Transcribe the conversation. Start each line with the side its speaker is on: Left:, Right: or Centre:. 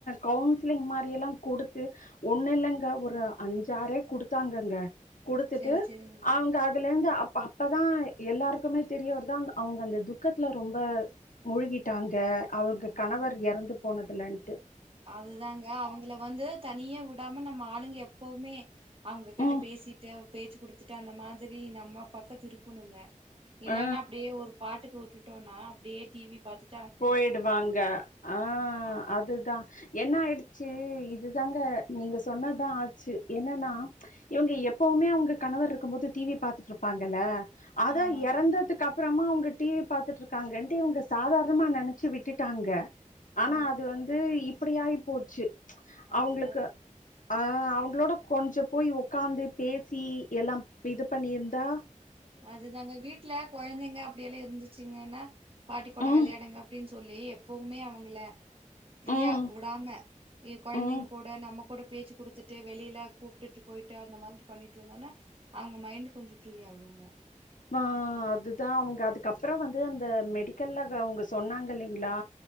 Left: கவுன்சிலிங் மாதிரில்லாம் கொடுத்து ஒண்ணுயில்லங்க ஒரு அஞ்சாறே குடுத்தாங்கங்க குடுத்துட்டு
Right: செரி செரிங்க
Left: அவங்க அதுலர்ந்து அப்போதான் யெல்லாருக்குமே தெரியவர்து அவ்ங்க அந்த துக்கத்துல ரொம்ப மூழ்கிட்டாங்க அவங்க கணவர்
Right: ம்
Left: யறந்து போனதுலன்
Right: அதுதாங்க அவங்கள வந்து தனியா விடாம நம்ம ஆளுங்க எப் எப்பவுமே அவங்ககிட்ட
Left: ம்
Right: பேசிட்டு பேச்சு குடுத்துட்டு அந்த மாதிரி இந்தம்மா பக்கோ திருப்பணுங்க இல்லேன்னா
Left: ஆ
Right: அப்படியே ஒரு பாட்டுக்கு வுட்டுட் வுட்டோன்ன அப்டியே டிவி பாத்துட்
Left: போயிடுவாங்க ஆ
Right: ஆமாங்க
Left: அதுதா என்ன ஆயிடுச்சி இது தாங்க நீங்க சொன்னதுதா ஆச்சி என்னன்னா இவங்க எப்பவுமே அவுங்க கணவர் இருக்கு போது டிவி பார்த்துட்டுருப்பாங்கல்ல அதா
Right: ஆமாங்க
Left: இறந்ததுக்கு அப் புறமா அவங்க டிவி பாத்துட்டு இருக்காங்கன்ட்டு இவங்க சாதார மா நினைச்சி விட்டுட்டாங்க ஆனா
Right: ஓ
Left: அது வந்து இப் அப்டியாயிபோச்சி அவுங்குளுக்கு
Right: அதுதா பாருங்க
Left: ஆ அவங் அவுங்களோட கொஞ்சோ போய் உக்காந்து பேசி எல்லா இது பண்ணிருந்தா
Right: அதுதாங்க வீட்ல கொயந்தைங்க அப்டியெல்லா இருந்துச் ச்சிங்கன்னா பாட்டி கூட
Left: ம்
Right: வெளயாடுங்க அப்படின்னு சொல் சொல்லி எப்பவுமே அவுங்கள ஃப்ரீயா
Left: ம்
Right: வுடாம கொயந்தைங்க
Left: ம்
Right: கூட நம்ம கூட பேச்சு குடுத்துட்டு வெளில கூப்டுட்டு போய்ட்டு அந்த மாரி பண்ணிட்டுருந்தோன்னா அவுங்க மைண்டு கொஞ்சோ ஃப்ரீ ஆவுங்கங்க
Left: ஆ அதுதா அவுங்க அதுக்கப்றோ வந்து அந்த மெடிக்கல்ல அவங்க சொன்னாங்க இல்லைங்களா